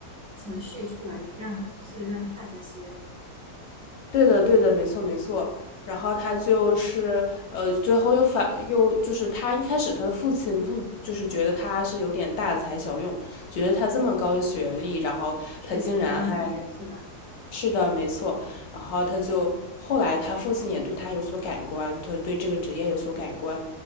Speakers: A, on the right (about 50°); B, on the left (about 60°).
A: 程序出来，让就是让大家使用，
B: 对的，对的，没错，没错。然后他就是呃，最后又反又就是他一开始他的父亲不就是觉得他是有点大材小用，觉得他这么高的学历，然后他竟然还
A: 去去当外卖员，是吧？
B: 是的，没错。然后他就后来他父亲也对他有所改观，他对这个职业有所改观。